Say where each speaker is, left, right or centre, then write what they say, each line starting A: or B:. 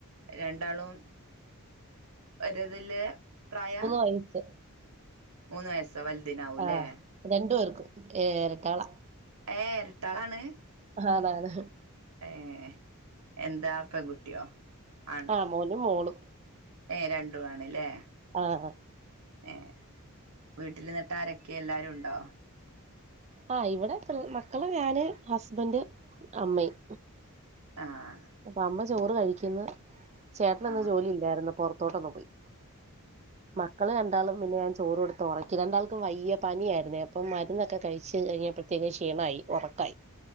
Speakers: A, on the right (about 80°); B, on the right (about 30°).
A: രണ്ടാളും ഒരേതില് പ്രായാ
B: സൈസ്
A: മൂന്ന് വയസ്സോ വലുതിനാവുല്ലേ
B: ആഹ് രണ്ടു പേർക്കും ഏഹ് എരട്ടാള
A: ഏഹ് എരട്ടാളാണ്
B: ആണ് ആണ്
A: ഏഹ് എന്താ പെൺകുട്ടിയോ ആൺ
B: ആഹ് മോനും മോളും
A: ഏഹ് രണ്ടും ആണ്ല്ലേ
B: ആഹ് ആ
A: ഏഹ് വീട്ടിലിന്നിട്ടാരൊക്കെ എല്ലാരും ഉണ്ടോ
B: ആഹ് ഇവിടെ പി മക്കള് മക്കള് ഞാന് ഹസ്ബന്റ് അമ്മയും
A: ആഹ്
B: അപ്പൊ അമ്മ ചോറ് കഴിക്കുന്ന് ചേട്ടനിന്ന്
A: ആഹ്
B: ജോലി ഇല്ലായിരുന്നു പുറത്തോട്ടൊന്ന് പോയി മക്കള് രണ്ടാളും പിന്നെ ചോറ് കൊടുത്ത് ഒറക്കി രണ്ടാൾക്കും വയ്യ പനിയായിരുന്നെ അപ്പം മരുന്നൊക്കെ കഴിച്ച് കഴിഞ്ഞപ്പോഴത്തേക് ക്ഷീണമായി ഒറക്കായി